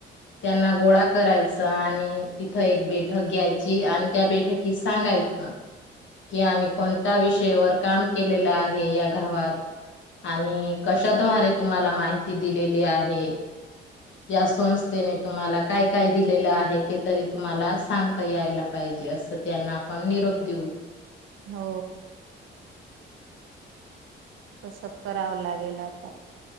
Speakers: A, on the left; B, on the right.
A: त्यांना गोळा करायचा आणि तिथं एक बैठक घ्यायची. आणि त्या बैठकीत सांगायचं कि आम्ही कोणत्या विषयावर काम केलेलं आहे या गावात आणि कशाद्वारे तुम्हाला माहिती ती दिलेली आहे. या संस्थेने तुम्हाला काय काय दिलेलं आहे. ते तरी तुम्हाला सांगता यायला पाहिजे. असं त्यांना आपण निरोप देऊ.
B: हो तस करावं लागेल आता.